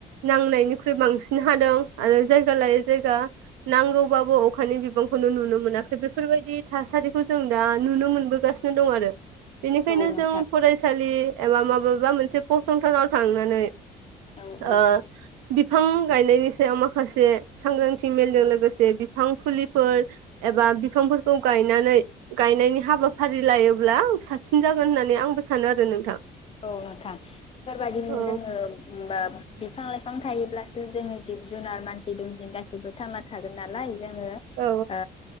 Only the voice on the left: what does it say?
औ नोंथां
औ औ
औ नोंथां बेफोर बायदिनो
जोङो होमबा बिफां लाइफां थायोब्लासो जोङो जिब जुनार मानसि दुमसिन गासिबो थामा थागोन नालाय जोङो
ओ